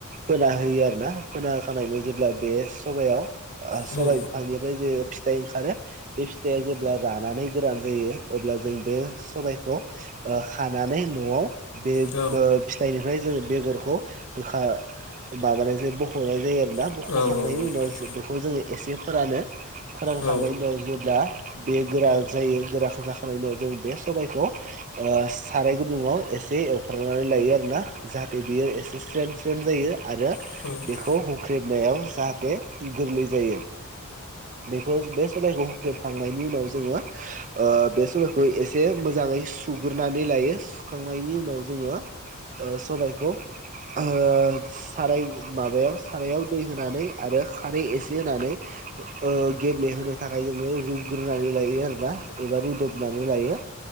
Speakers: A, on the right; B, on the left.
A: फोना होयो आरो ना फोना होखांनायनै जेब्ला बे सबायाव
B: नोंथां
A: सबाइ बिफांनिफ्राय जोङो फिथाइ ओंखारो बे फिथाइया जेब्ला रानानै गोरान जायो अब्ला जों बे सबायखौ खानानै न'आव बे ओ
B: औ
A: फिथाइनिफ्राय जोङो बेगरखौ गोखा माबानायजों बख'नाय जायो आरोना
B: औ
A: बख'खांनायनि
B: औ
A: उनाव
B: औ
A: बेखौ एसे फोरानो फोरानखांनायनि
B: औ
A: उनाव जेब्ला बे गोरा जायो गोराखौ जाखांनायनि उनाव जों बे सबायाइखौ ओ साराय गुदुङाव एसे एवफ्रांनानै लायो आरो ना जाहाथे बियो एसे स्रेम स्रेम जायो आरो
B: <inaudible>
A: बेखौ हुख्रेबनायाव जाहाथे गोरलै जायो बेखौ बे सबायखौ हुख्रेबखांनायनि उनाव जोङो बे सबायखौ एसे मोजाङै सुग्रोनानै लायो सुखांनायनि उनाव जोङो ओ सबायखौ ओ साराय माबायाव सारायाव दै होनानै आरो खारै एसे होनानै ओ गेब्लेहोनो थाखाय जोङो रुग्रोनानै लायो आरो ना एबा रुदबनानै लायो